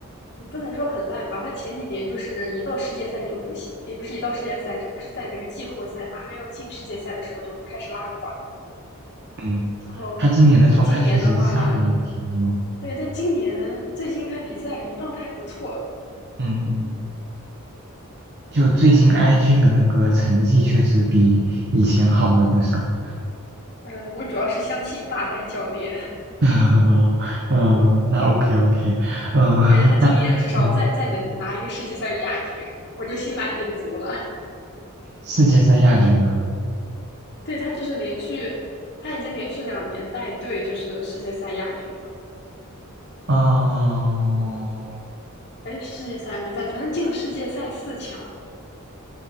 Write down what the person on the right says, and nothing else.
嗯，
她今年的状态确实下滑了挺多。
嗯嗯，就最近 IG 的那个成绩确实比以前好了不少。
<laughs> 嗯嗯，那 OK OK，嗯，
那嗯，
世界赛亚军啊，
哦，